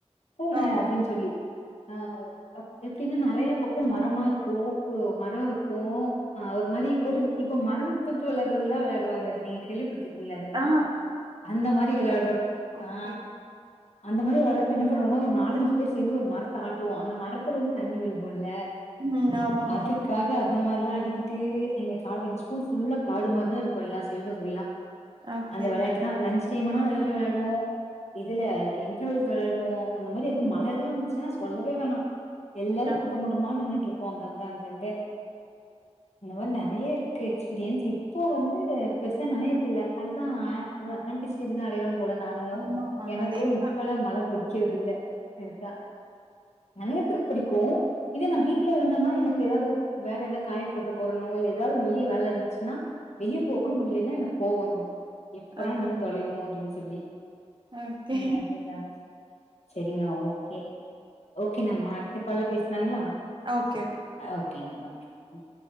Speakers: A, on the left; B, on the right.
A: போங்க
B: ஓகே
A: அப்டின் சொல்லி அ எப்டின்னா நறைய க்கூ மரமாருக்கூ மர இருக்கூ ஆ ஒரு மாரி ஓடிபுடி இப்ப மரொந் தொட்டு விளையாட்றதுல்லா வெளையாடுவாங்க இது நீ கேள்வி பட்ருக்கீங்ளா அதெல்லா
B: ஆ
A: அந்த மாரி வெளையாட்றப்
B: ஓகே
A: ஆ
B: ஓகே
A: அந்த மாரி வர்ரப்ப என்ன பண்ணுவோனா ஒரு நாலஞ்சு பேர் சேந்து ஒரு மரத்த ஆட்டுவோ அந்த மரத்துல இர்ந்து தண்ணி விழு போ ல்ல
B: ம் ஆமா ஆமா
A: அதுக்காக
B: ஆமா
A: இந்த மார்ல்லா அடிக்கிட்டு எங்க காலு எங்க ஸ்கூல் ஃபுல்லா காடு மார்தா இருக்கூ எல்லா சைடு ஃபுல்லா
B: ஓகே
A: அந்த வெளையாட்டு தா லன்ச் டைம் ஆனாலு அந்த வெளையாட்டு வெளையாடுவோ இதுல இன்ட்ரவல்கு வெளையாடுவோ அந்த மாரி எதுவு மழ எல்லா வந்துச்சுன்னா சொல்லவே வேணா எல்லாரு
B: ஆ
A: கூட்டோ கூட்டமா நின்னுட்ருப்போ அங்கங்க அங்கங்க இந்த மாரி நறைய இருக்கு எக்ஸ்பிரியன்ஸ் இப்போ வந்து பெருசா நனையருக் இல்ல அதுதா அ ஓ <unintelligible> போல நானு
B: ஆமாமா
A: எனக்கும்
B: அதேதா
A: இப்பல்லா மழ புடி க்கிறது இல்ல பெருசா நனையத்து புடிக்கும் இதே நா வீட்ல இருந்தன்னா எனக்கு ஏதாவது வேற ஏதா காய போட்ற போறனோ இல்ல எதாவது வெளிய வேல இருந்துசுன்னா வெளிய போ கூட முடியலன்னா எனக் கோவம் வந்துரும் எப்பதா
B: ஆ
A: நின்னு தொலயும் அப்டின் சொல்லி
B: ஓகே
A: அ அதுதா சேரிங்க ஓகே ஓகே நம்ம அடுத்து கால்ல பேசுளாங்களா
B: ஓகே ஓகே
A: அ ஓகேங்க ஓகே ம்